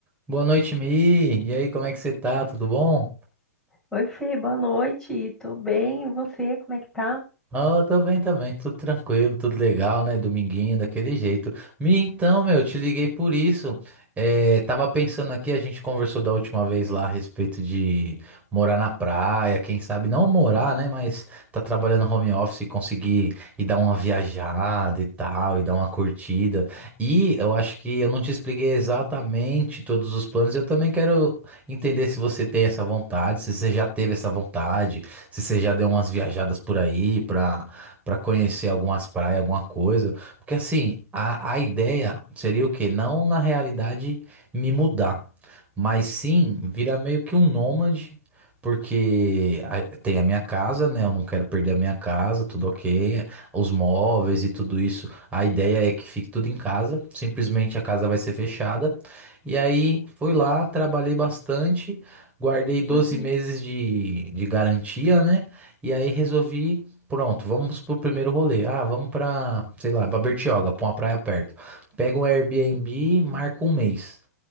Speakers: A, on the right (about 15°); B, in the centre.
A: Boa noite, Mi. E aí, como é que você tá? Tudo bom?
B: Oi, Fê, boa noite. Tô bem, e você, como é que tá?
A: Ah, tô bem também, tudo tranquilo, tudo legal, né? Dominguinho, daquele jeito. Mi, então, meu, te liguei por isso. É, tava pensando aqui, a gente conversou da última vez lá a respeito de morar na praia, quem sabe não morar, né? Mas tá trabalhando home office e conseguir ir dar uma viajada e tal, e dar uma curtida. E eu acho que eu não te expliquei exatamente todos os planos. Eu também quero entender se você tem essa vontade, se você já teve essa vontade se você já deu umas viajadas por aí pra, pra conhecer algumas praias, alguma coisa. Porque assim, a, a ideia seria o quê? Não na realidade me mudar, mas sim virar meio que um nômade. Porque a- tem a minha casa, né? Eu não quero perder a minha casa, tudo ok. Os móveis e tudo isso. A ideia é que fique tudo em casa. Simplesmente a casa vai ser fechada. E aí fui lá, trabalhei bastante Guardei doze
B: Uhum,
A: meses de, de garantia, né? E aí resolvi, pronto, vamos pro primeiro rolê. Ah, vamos pra, sei lá, pra Bertioga, pra uma praia perto. Pego um Airbnb, marco um mês.